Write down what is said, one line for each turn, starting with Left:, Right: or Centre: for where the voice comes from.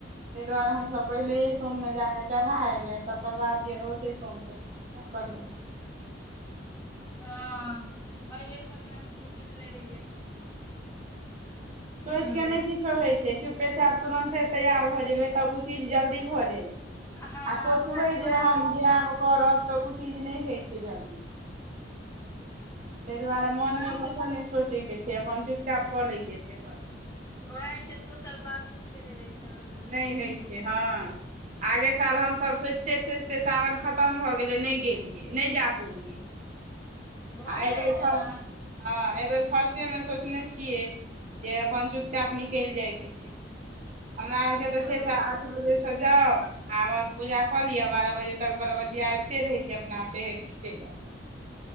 Right: तेई दुआरे हमसभ पहिलेए सोममे जाकऽ चढ़ा एबै तकर बाद जे ओतै सोम तै पूजा करबै
Left: हँ पहिले समे हम तो सोचने रहियै हूँ
Right: सोच के नई किछो हइ छै चुपे चाप तुरन्ते तैयार भऽ जेबै तब चीज जल्दी भऽ जाइ छै
Left: हँ
Right: आ सोचब
Left: उएह
Right: जे
Left: उएह
Right: हम
Left: होइ छै
Right: जायब करब तऽ ओ चीज नहि होइ छै जल्दी। ताहि दुआरे मोन
Left: उएह
Right: में
Left: होइ
Right: किछु
Left: छै
Right: नहि सोचय के छै, अपन चुपचाप कऽ लैऽ के छै बस।
Left: ओही छै, सोशल बात सोचैत-सोचैत रहि जाइत छै हँ। <unintelligible>
Right: नहि हइ छै हँ आगे साल हमसभ सोचिते-सोचिते सावन खतम भऽ गेलै, नहि गेलियै, नहि जा पौलियै।
Left: भए
Right: आ एहि बेर
Left: जाइ छै
Right: फर्स्ट
Left: ने
Right: में, हँ एहि बेर फर्स्टे में सोचने छियै। जे अपन चुपचाप निकलि जाय के छै, हमरा आरके तऽ
Left: हँ
Right: छै। बज-सज जाउ। आ बस पूजा कऽ लिअ बारह बजे तक बारह बजीया आबिते रहै छै अपना चढ़ि क चलिऽ